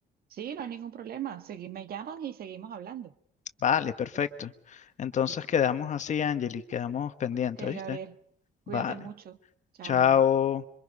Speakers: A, on the right; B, on the left.
A: Sí, no hay ningún problema. Segui- me llamas y seguimos hablando.
B: Vale, perfecto. Entonces
A: Vale.
B: quedamos así, Angeli, quedamos pendientes,
A: Ok,
B: ¿viste?
A: Gabriel. Cuídate
B: Vale.
A: mucho. Chao.
B: Chao.